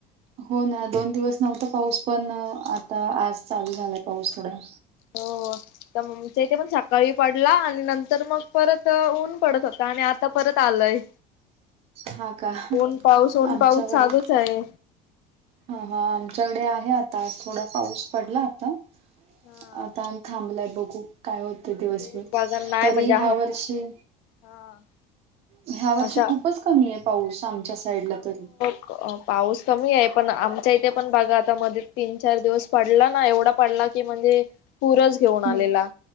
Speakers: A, on the right; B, on the left.
A: हो ना दोन दिवस नव्हता पाऊस पण आता आज चालू झालाय पाऊस थोडा.
B: हो त म तीथे पण सकाळी पडला आणि नंतर मग परत ऊन पडत होत आणि आता परत आलंय.
A: हा का
B: ऊन पाऊस ऊन
A: आमच्याकडे
B: पाऊस चालूच आहे.
A: हा हा आमच्याकडे आहे आता थोडा पाऊस पडला आता.
B: हा
A: आता थांबलाय बघू. काय होते दिवसभर
B: तेच बघा नाही
A: तरी
B: म्हणजे
A: ह्या वर्षी
B: हा.
A: ह्या वर्षी
B: अशा
A: खूपच कमी आहे पाऊस आमच्या साईडला तरी.
B: अ पाऊस कमी आहे पण आमच्या इथे पण बाघा आता मध्ये तीन चार दिवस पडला ना एवढा पडला की म्हणजे पूरच घेऊन आलेला
A: हम्म